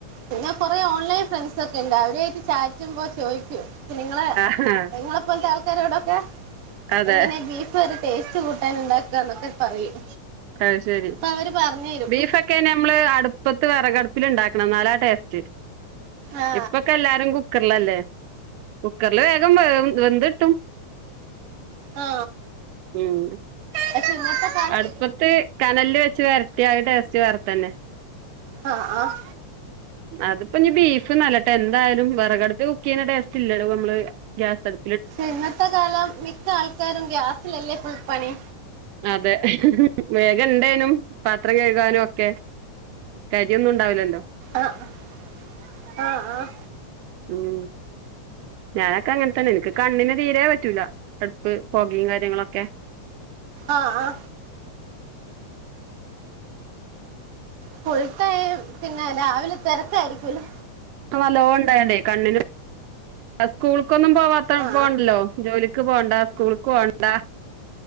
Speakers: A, on the right; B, on the right.
A: പിന്നെ കുറേ ഓൺലൈൻ ഫ്രണ്ട്സൊക്കെണ്ട് അവരു ആയിട്ട് ചാറ്റുമ്പോ ചോയിക്കും നിങ്ങള്
B: ആഹ്
A: നിങ്ങളെപ്പോലത്താൾക്കാരോടൊക്കെ
B: അതെ
A: എങ്ങനെയാ ബീഫ് കറി ടേസ്റ്റ് കൂട്ടൻ ഉണ്ടാക്കുക എന്നൊക്കെ പറയും
B: അത്ശെരി
A: അപ്പൊ അവര് പറഞ്ഞു തരും
B: ബീഫൊക്കെ നമ്മള് അടുപ്പത്ത് വിറകടു പ്പിലുണ്ടാക്കണം എന്നാലാ ടേസ്റ്റ്
A: ആ
B: ഇപ്പൊക്കെല്ലാരും കുക്കറിലല്ലേ കുക്കറില് വേഗം വേവും വെന്ത് ട്ടും
A: ആ
B: ഉം
A: പക്ഷെ ഇന്നത്തെ കാലം
B: അടുപ്പത്ത് കനലില് വെച്ച് വരട്ടിയ അത് ടേസ്റ്റ് വേറെത്തന്നെ
A: ആഹ്-ആഹ്
B: അതിപ്പൊനി ബീഫ്ന്നല്ലട്ടെന്തായാലും വിറകടുപ്പില് കുക്ക്ചെയ്യ്ണ ടേസ്റ്റില്ലല്ലോ നമ്മള് ഗ്യാസടു
A: ഇന്നത്തെകാലം മിക്ക ആൾക്കാരും ഗ്യാസിലല്ലേ ഫുൾ പണി
B: അതെ ഹ്-ഹ്-ഹ് വേഗം ഇണ്ടേനും പാത്രം കഴുകാനും ഒക്കെ കാര്യോന്നുണ്ടാവില്ലല്ലോ
A: ആഹ്-ആഹ്-ആഹ്
B: ഉം ഞാനൊക്കങ്ങനെ തന്നെണ് എനിക്ക് കണ്ണിന് തീരേ പറ്റൂല അടുപ്പ് പൊകേം കാര്യങ്ങളൊക്കെ
A: ആഹ്-ആഹ് ഫുൾടൈം പിന്നെ രാവിലെ തിരത്തായിരിക്കൂലെ
B: നല്ലോണണ്ടായണ്ടേ കണ്ണിന് സ്കൂൾക്കൊന്നും പോവാത്ത
A: ആ
B: പോവണ്ടല്ലോ ജോലിക്ക്പോണ്ട സ്കൂള്ക്ക്പോണ്ട